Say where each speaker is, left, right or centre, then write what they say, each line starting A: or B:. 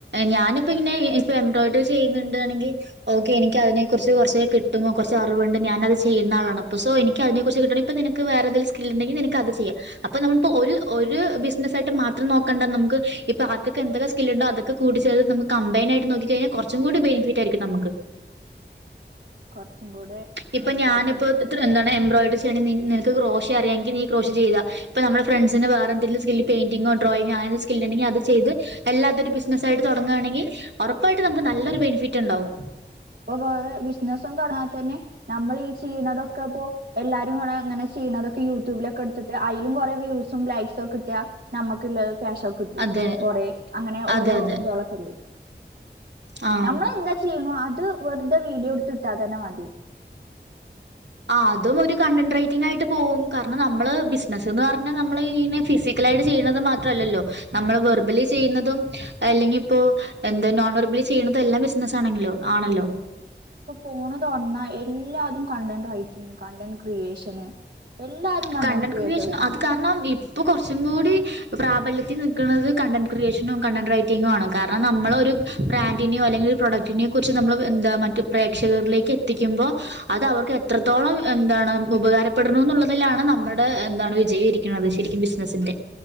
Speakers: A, on the right; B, on the right.
A: ഞാനിപ്പോ പിന്നെ ഇപ്പ എംബ്രോയ്ഡറി ചെയ്യുന്നുണ്ട് <inaudible> ഓക്കെ എനിക്ക് അതിനെ കുറിച്ച് കുറച്ച് കിട്ടുന്നു കുറച്ച് അറിവുണ്ട് ഞാാനത് ചെയുന്ന ആളാണ് ഇപ്പോ സൊ എനിക്ക് അതിനെ കുറിച്ച് കിട്ടണം ഇപ്പോ നിനക്ക് വേറെ എന്തെങ്കിലും സ്കിൽ ഉണ്ടെങ്കിൽ നിനക്ക് അത് ചെയ്യാം അപ്പ നമ്മുക്ക് ഒരു ബിസിനസ് ആയിട്ട മാത്രം നോക്കണ്ട നമുക്ക് ഇപ്പോ ആർക്ക് എന്തൊക്കെ സ്കിൽ ഉണ്ടോ കൂടിച്ചേർത്ത്ച്ച നമുക്ക് കമ്പൈൻ ആയിട്ട് നോക്കി കഴിഞ്ഞാ കുറച്ചും കൂ ബെനിഫറ്റ് ആയിരിക്കും നമ്മുക്ക് <inaudible>
B: കുറച്ചും കൂടെ
A: ഇപ്പൊ
B: മെച്ചപ്പെട്ടത്
A: ഞാനിപ്പോ ഇത്ര എന്താണ് എംബ്രോയിഡറി ചെയ്യണ നിനക്ക് <inaudible> അറിയാമെങ്കിൽ നീ അത് ചെയ്യുക ഇപ്പ നമ്മുടെ ഫ്രണ്ട്സിന് വേറെന്തങ്കിലും സ്കിൽ പെയിന്റിങ്ങോ ഡ്രോയിങ്ങോ അങ്ങനെ സ്കിൽ അത് ചെയ്ത് അല്ലാത്തൊരു ബിസിനസ് ആയിട്ട് തുടങ്ങുകയാണെങ്കിൽ ഉറപ്പായിട്ട് നമുക്ക് നല്ലൊരു ബെനിഫിറ്റ് ഉണ്ടാവും
B: ഇപ്പ വേറെ ബിസിനസും തുടങ്ങാ തന്നെ നമ്മൾ ഈ ചെയ്യുന്നതൊക്കെ ഇപ്പോ എല്ലാവരും അങ്ങനെ ചിലതൊക്കെ യൂട്യൂബിലൊക്കെ അടിച്ചിട്ട് അതിലും കുറെേ വ്യൂസും ലൈക്സും ഒക്കെ കിട്ടാ നമുക്ക് ഉള്ളത് ക്യാഷക്കെ കിട്ടൂല്ലേ
A: അതെ
B: കൊറെ അങ്ങനെ
A: അതെ
B: ഓരോ
A: അതെ
B: ഇതോളോക്കേയുണ്ട്
A: ആഹ്
B: നമ്മളും എന്താ ചെയ്യണം അ വെറുതെ വീഡിയോ എടുത്തിട്ടാ തന്നെ മതി
A: ആ അതും ഒരു കണ്ടന്റ്റേറ്റി ആയിട്ട് പോകും കാരണം നമ്മൾ ബിസിനസ് പറഞ്ഞ നമ്മ <inaudible> ചെയലും മാത്രമല്ലല്ലേ നമ്മൾ <inaudible> ചെയുന്നതും അല്ലെങ്കിൽ ഇപ്പോൾ എന്താ <inaudible> ചെയ്യണതും എല്ലാം ബിസിനസ്സ് ആണെങ്കിലോ ആണല്ലോ
B: ഇപ്പൊ ഫോൺ തുറന്നാ എല്ലാവരും കണ്ടന്റ് റൈറ്റിങ് കണ്ടന്റ് ക്രിയേഷന് എല്ലാരും കണ്ടന്റ്
A: കണ്ടൻ്റ്
B: ക്രിയേറ്റേഴ്സ്
A: ക്രിയേഷൻ അത്
B: ആണ്
A: കാരണം ഈ ഇപ്പോൾ കുറച്ചും കൂടി പ്രാബല്യത്തിൽ നിൽക്കുന്നത് കണ്ടന്റ് ക്രിയേഷനും കണ്ടന്റ് റൈറ്റിങ്ങു ആണ് കാരണം നമ്മളൊരു ബ്രാൻഡിനെയോ അല്ലെങ്കിൽ പ്രൊഡക്റ്റിനെ കുറിച്ച് നമ്മൾ എന്താ മറ്റ് പ്രേക്ഷകരിലേക്ക് എത്തിക്കുമ്പോ അത് അവർക്ക് എത്രത്തോളം എന്താണ് ഉപകാരപ്പെടുന്നുള്ളത് ഇനിലാണ് നമ്മുടെ എന്താണ് വിജയം ഇരിക്കുന്നത് ശരിക്കും ബിസിനസിന്റെ